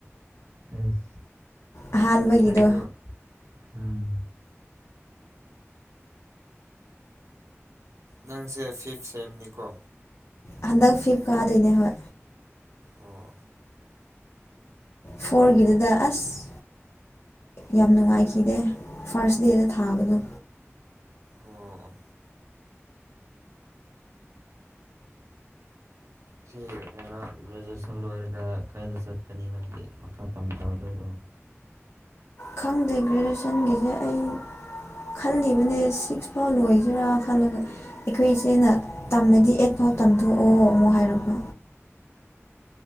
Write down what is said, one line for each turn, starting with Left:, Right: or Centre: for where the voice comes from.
Right: ꯑꯦꯁ
Left: ꯑꯍꯥꯥꯟꯕꯒꯤꯗꯣ
Right: ꯑꯩꯁꯨ ꯎꯝ ꯅꯪꯁꯦ ꯐꯤꯞ ꯁꯦꯝꯅꯤꯀꯣ
Left: ꯍꯟꯗꯛ ꯐꯤꯞ ꯀꯥꯗꯣꯏꯅꯦ ꯍꯣꯏ
Right: ꯑꯣ
Left: ꯐꯣꯔꯒꯤꯗꯨꯗ ꯑꯁ ꯌꯥꯝ ꯅꯨꯡꯉꯥꯏꯈꯤꯗꯦ ꯐꯥꯔꯁ ꯗꯦꯗ ꯊꯥꯕꯗꯣ
Right: ꯑꯣ ꯑꯣ ꯁꯤ ꯀꯩꯅꯣ ꯒ꯭ꯔꯦꯖꯨꯑꯦꯁꯟ ꯂꯣꯏꯔꯒ ꯀꯥꯏꯗ ꯆꯠꯀꯅꯤ ꯅꯪꯗꯤ ꯃꯈꯥ ꯇꯝꯊꯥꯗꯣꯏꯔꯣ
Left: ꯈꯪꯗꯦ ꯒ꯭ꯔꯦꯖꯨꯑꯦꯁꯟꯒꯤꯗꯤ ꯑꯩ ꯈꯜꯂꯤꯕꯅꯦ ꯁꯤꯛꯁ ꯐꯥꯎ ꯂꯣꯏꯁꯤꯔ ꯈꯜꯂꯒ ꯑꯩꯈꯣꯏ ꯏꯆꯦꯅ ꯇꯝꯃꯗꯤ ꯑꯦꯠꯐꯥꯎ ꯇꯝꯊꯣꯛꯑꯣ ꯑꯃꯨꯛ ꯍꯥꯏꯔꯛꯄ